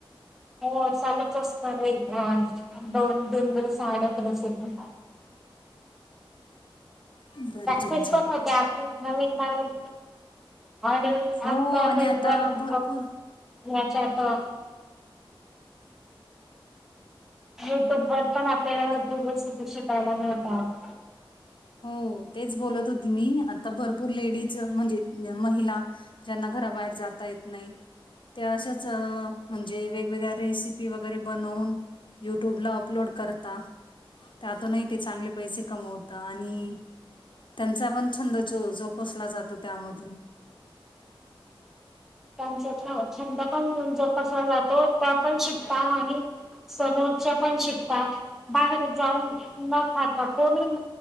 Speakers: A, in the centre; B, on the left (about 60°).
A: हो चालूच असत <unintelligible> दोन-दन दीवस साडत. <inaudible>
B: तुम्ही बरे
A: प्रॅक्टिस
B: तुमचा
A: पण होते आपली नवीन नवीन आणि
B: हो
A: आता
B: आणि
A: नेटवर्क
B: आता भरपूर
A: याच्यात युट्यूब वर पण आपल्याला भरपूर गोष्टी शिकायला मिळतात.
B: हो तेच बोलत होती मी आता भरपूर लेडीज म्हणजे महिला ज्यांना घराबाहेर जाता येत नाही. त्या अशाच म्हणजे वेगवेगळ्या रेसिपी वगैरे बनवून युट्यूबला अपलोड करता त्यातूनही ते चांगले पैसे कमवतात. आणि त्यांचा पण छंद जोपासला जातो त्यामधून
A: <inaudible> छंद पण जोपासला जातो त्या पण शिकता आणि समोरच्या पण शिकता बाहेर जाऊन न खाता कोणीही